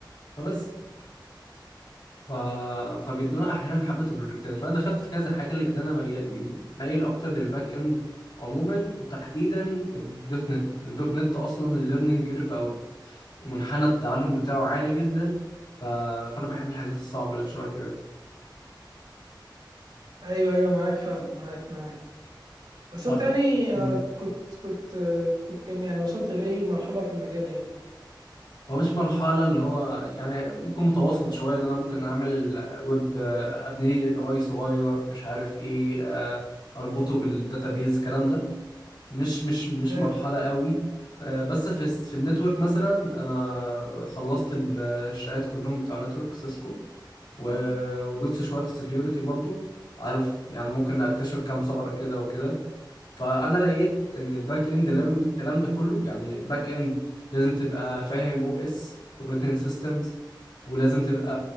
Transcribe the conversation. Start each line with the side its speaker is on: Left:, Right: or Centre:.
Left: فبس ف... فبيدونا احيانا حبه البروجكتات فانا دخلت في كذا حاجه لكن انا مي- مايل اكتر للباك اند عموما وتحديدا الدوت نت الدوت نت اصلا الليرنينج كيرف او منحنى التعلم بتاعه عالي جدا ف... فانا بحب الحاجات الصعبه اللي شبه كده
Right: ايوه ايوه معاك فعلا معاك معاك بس انت
Left: أخ...
Right: يعني آه،
Left: مم.
Right: كنت كنت آه، كنت كم يعني وصلت لاي مرحله في المجال يعني
Left: هو مش مرحله اللي هو يعني ممكن متوسط شويه ان انا ممكن اعمل آه، ويب آه، ابني اي بي اي صغير مش عارف ايه آه، اربطه بالداتابيز الكلام ده مش مش مش
Right: ايوه
Left: مرحلة قوي آه، بس في الس- في النتورك مثلا انا خلصت ال- الشهادات كلهم بتوع نتورك سيسكو و- ودوست شوية في السكيورتي برضو عارف يعني ممكن أكتشف كام ثغرة كده وكده فأنا لقيت إن الباك إند لازم الكلام ده كله يعني الباك إند لازم تبقى فاهم أو إس أوبريتنج سيستمز ولازم تبقى